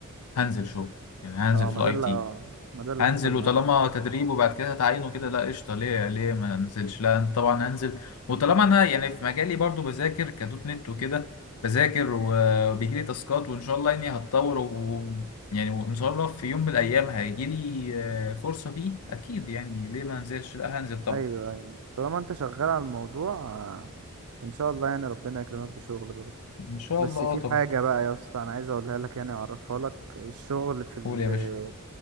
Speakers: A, on the left; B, on the right.
A: هنزل شغل يعني هنزل
B: اه
A: في
B: ما
A: الاي
B: ده اللي
A: تي
B: اه ما ده اللي
A: هنزل
B: حصل معايا
A: وطالما
B: بقى
A: تدريب وبعد كده هتعينه كده لا قشطه ليه ليه ما انزلش لا أنا طبعا هنزل وطالما انا يعني في مجالي برضو بذاكر كدوت نت وكده بذاكر وبيجي لي تاسكات وان شاء الله يعني هتطور و يعني وان شاء الله في يوم من الايام هيجي لي آه، فرصه فيه اكيد يعني ليه ما انزلش لا هنزل طبعا
B: ايوه ايوه طالما انت شغال على الموضوع آه، ان شاء الله يعني ربنا يكرمك بشغل برضه
A: ان شاء
B: بس
A: الله آه
B: في
A: طبعا
B: حاجة بقى يا اسطى انا عايز اقولها لك يعني اعرفها لك الشغل في ال-
A: قول يا باشا